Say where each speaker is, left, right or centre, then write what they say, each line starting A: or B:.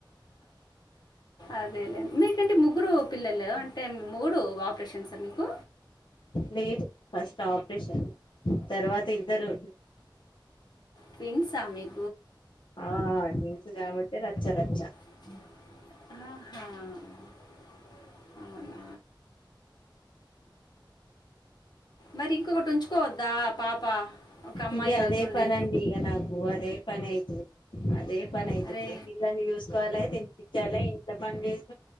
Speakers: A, on the left; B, on the left.
A: అదేలేండి మీకంటే ముగ్గురు పిల్లలే అంటే మూడు ఆపరేషన్స మీకు
B: లేదు ఫస్ట్ ఆపరేషన్ తర్వాత ఇద్దరు
A: ట్విన్స్ హ మిక్
B: ఆస్ కాబట్టటి రచ్చ రచ్చ
A: ా మరి ఇంకొకటి ఉంచుకోవద్దా పాప ఒక అమ్మాయి
B: ఇంక అదే
A: అవుతుండే
B: పనండి నాకు అదే పని అయితే అదే పని అయితది
A: అరే
B: పిల్లల్ని చూసు వాలే తిపించాలి ఇంట్ల పని చేస్